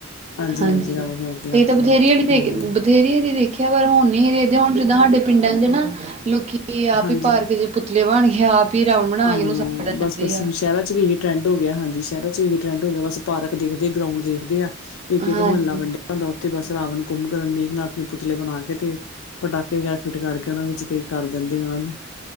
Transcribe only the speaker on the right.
ਹਾਂਜੀ,
ਇਹ ਤਾਂ ਬਥੇਰੀ
ਵਾਲੀ ਦੇਖ
ਬਥੇਰੀ ਆਲੀ ਦੇਖਿਆ ਪਰ ਹੁਣ ਨੀ ਦੇਖਦੇ ਹੁਣ ਜਿੱਦਾਂ ਸਾਡੇ। ਪਿੰਡਾਂ ਚ ਨਾ ਲੋਕੀ ਆਪ
ਹੀ ਪਾਰਕ ਚ ਪੁਤਲੇ ਬਣਕੇ ਆਪ ਹੀ। ਰਾਵਣ ਬਣਾ
ਕੇ ਉਹਨੂੰ ਸਾੜ ਦਿੰਦੇ
ਆ
ਹਾਂਜੀ